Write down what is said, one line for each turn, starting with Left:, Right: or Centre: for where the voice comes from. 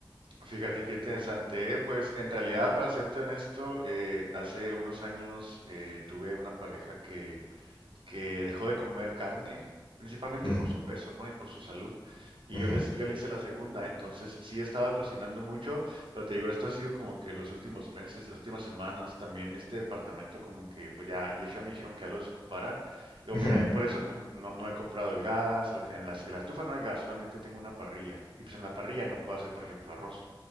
Right: Fíjate qué interesante. eh, Pues en realidad, para serte honesto, eh, hace unos años eh, tuve una pareja que que dejó de comer carne, principalmente
Left: Ujú,
Right: por su peso, ¿no? Y por su salud. Y
Left: ujú,
Right: yo les, yo le hice la segunda, entonces sí he estado cocinando mucho, pero te digo, esto ha sido como que los últimos meses, las últimas semanas, también este departamento como que, pues ya, ya ya me dijeron que ya lo desocupara, Digo
Left: ujú,
Right: que también por eso como no, no he comprado el gas, ahorita en la, en la estufa no hay gas, solamente tengo una parrilla, y pues en la parrilla no puedo hacer, por ejemplo, arroz.